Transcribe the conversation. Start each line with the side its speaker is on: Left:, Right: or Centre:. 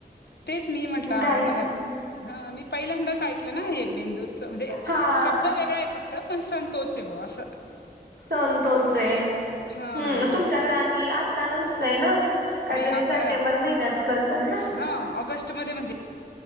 Left: तेच मी म्हंटलं
Right: काही जण
Left: हा मी पहिल्यांदाच ऐ कल ना हे बेंदूरच, म्हणजे
Right: हा
Left: शब्द वेगळा आहे फक्त पण संण तोच हायबा असं.
Right: संण तोच आहे.
Left: हा
Right: हम्म, तुमच्याकडे आणि आत्ता नसतय ना. काहीतरी
Left: नाही आता
Right: सप्टेंबर महिन्यात करतात ना?
Left: हा, ऑगस्टमध्ये म्हणजे.